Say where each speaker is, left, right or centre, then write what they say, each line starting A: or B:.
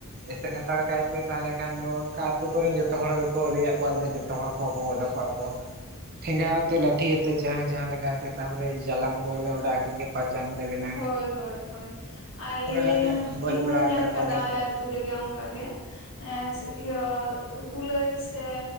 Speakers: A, on the right (about 45°); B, on the left (about 60°).
A: ᱮᱥᱮᱫ ᱦᱟᱛᱟᱲ ᱠᱟᱭᱯᱮ ᱛᱟᱦᱚᱞᱮ ᱠᱷᱟᱱ ᱫᱚ ᱚᱱᱠᱟ ᱟᱛᱳ ᱠᱚᱨᱮᱱ ᱡᱚᱛᱚ ᱦᱚᱲ ᱜᱮᱠᱚ ᱞᱟᱹᱭᱟᱜ ᱠᱚᱣᱟ <unintelligible> <unintelligible> ᱦᱚᱲ ᱠᱚ ᱚᱰᱚᱠᱚᱜᱼᱟ ᱠᱚ ᱴᱷᱮᱸᱜᱟ ᱟᱛᱮ ᱞᱟᱴᱷᱤ ᱟᱛᱮ ᱡᱟᱦᱟᱸᱭ ᱡᱟᱦᱟᱸ ᱞᱮᱠᱟ ᱟᱛᱮ ᱛᱟᱯᱚᱨᱮ ᱡᱟᱞᱟᱢ ᱠᱚ ᱞᱮ ᱚᱰᱟᱣ ᱠᱮᱫ ᱜᱮ᱾ ᱯᱟᱪᱟᱝ ᱞᱮ ᱵᱮᱱᱟ
B: ᱦᱳᱭ ᱦᱳᱭ ᱦᱳᱭ ᱟᱞᱮ
A: ᱠᱟᱛᱮᱫ ᱜᱚᱡ
B: ᱤᱧ
A: ᱵᱟᱲᱟ
B: ᱦᱚᱧ ᱧᱮᱞ
A: ᱟᱠᱟᱫ ᱠᱚᱣᱟᱞᱮ
B: ᱠᱟᱫᱟ ᱟᱞᱮ ᱛᱩ ᱨᱮᱜᱮ ᱚᱱᱠᱟ ᱜᱮ ᱮᱸ ᱤᱭᱟᱹ ᱠᱩᱞᱟᱹᱭ ᱥᱮ